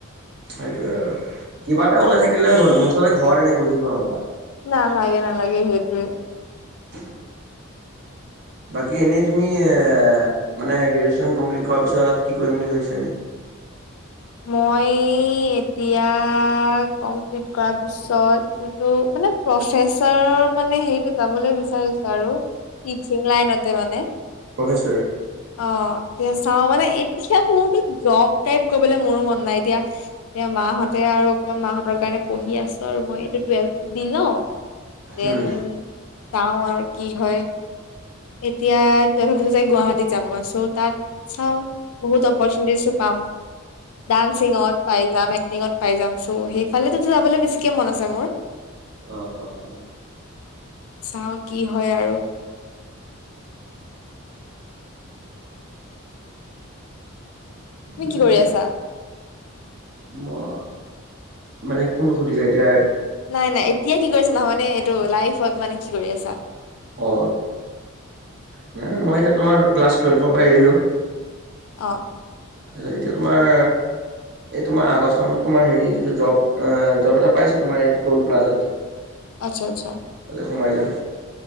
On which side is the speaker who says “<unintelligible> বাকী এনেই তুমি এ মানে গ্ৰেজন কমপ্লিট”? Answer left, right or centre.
Right